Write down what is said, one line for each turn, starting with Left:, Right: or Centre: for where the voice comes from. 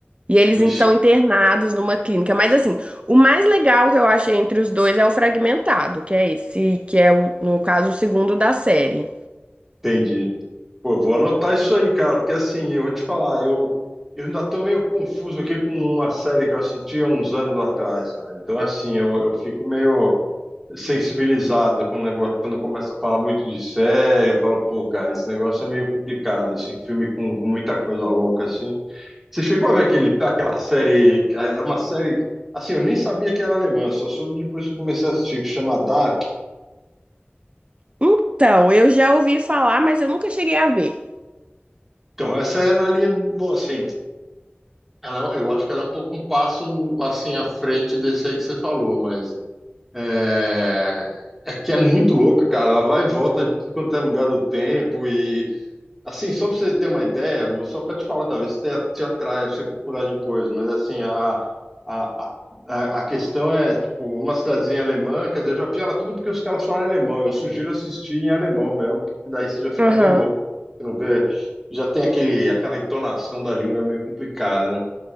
Right: E eles
Centre: bicho,
Right: in- são internados numa clínica. Mas assim, o mais legal que eu achei entre os dois é o fragmentado, que é esse, que é, o- no caso, o segundo da série.
Centre: entendi. Pô, vou anotar isso aí, cara, porque assim, eu vou te falar, eu, eu ainda tô meio confuso aqui com uma série que eu assisti há uns anos atrás, cara. Então, assim, eu, eu fico meio sensibilizado com o negócio, quando começa a falar muito de série, eu falo, pô, cara, esse negócio é meio complicado, assim, filme com, com muita coisa louca, assim. Você chegou a ver aquele, aquela série, é é uma série, assim, eu nem sabia que era alemã, só soube depois que eu comecei a assistir, que chama Dark.
Right: Então, eu já ouvi falar, mas eu nunca cheguei a ver.
Centre: Então, essa é na linha, bom, assim, ela, eu acho que ela é um pouco um passo, assim, à frente desse aí que você falou, mas é, é que é muito louca, cara, ela vai e volta de tudo quanto é lugar do tempo e Assim, só para você ter uma ideia, vou- só para te falar, talvez te, te atraia pra você procurar depois, mas assim, a, a, a, a questão é, tipo, uma cidadezinha alemã, quer dizer, já piora tudo porque os caras falam alemão, eu sugiro assistir em alemão mesmo, porque daí você já fica
Right: Aham,
Centre: bem louco, você não vê, já tem aquele, aquela entonação da língua meio complicada, né?